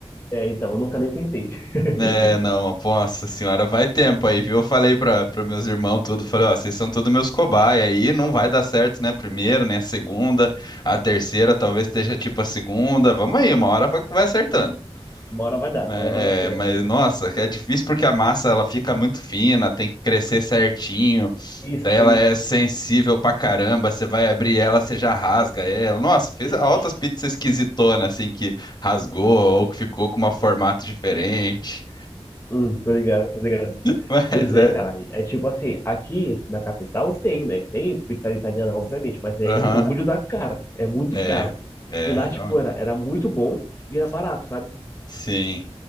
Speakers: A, on the left (about 25°); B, on the left (about 40°).
A: É, então, eu nunca nem tentei. <laughs>
B: É, não, nossa senhora, vai tempo aí, viu? Eu falei pra, pra meus irmãos tudo, falei, ó, vocês são todos meus cobaia aí, não vai dar certo, né? a Primeira, né? A segunda, a terceira, talvez esteja tipo a segunda, vamos aí, uma hora vai, vai acertando.
A: Uma hora vai dar,
B: É,
A: uma hora vai dar certo.
B: é, mas, nossa, é difícil porque a massa, ela fica muito fina, tem que crescer certinho,
A: Isso,
B: Daí ela
A: isso.
B: é sensível pra caramba, você vai abrir ela, você já rasga ela. Nossa, fez
A: Ixi.
B: altas pizzas esquisitonas, assim, que rasgou ou que ficou com um formato diferente.
A: Hum, tô ligado, tô ligado.
B: <laughs> Mas
A: Pois é,
B: é,
A: cara. É tipo assim, aqui na capital tem, né? Tem pizzaria italiana, obviamente, mas é
B: aham,
A: o olho da cara. É muito
B: é,
A: caro.
B: é,
A: E lá,
B: realmente.
A: tipo, era, era muito bom e era barato, sabe?
B: Sim,